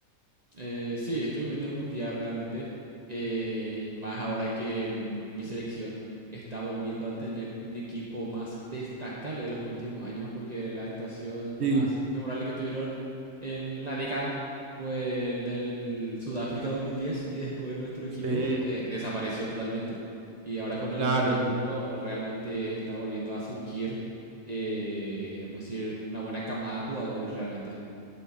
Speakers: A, on the right; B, on the right.
A: Eh, sí, estuve viendo el mundial realmente. eh, y más ahora que en mi selección está volviendo a tener un equipo más destacable en los últimos años, porque la actuación
B: Sí,
A: más memorable que tuvieron en la década fue el del Sudáfrica 2010 y después nuestro equipo
B: sí,
A: eh, desapareció totalmente. Y ahora con el
B: claro.
A: nuevo técnico
B: en-
A: realmente está volviendo a surgir, eh, vamos a decir, una buena camada de jugadores realmente.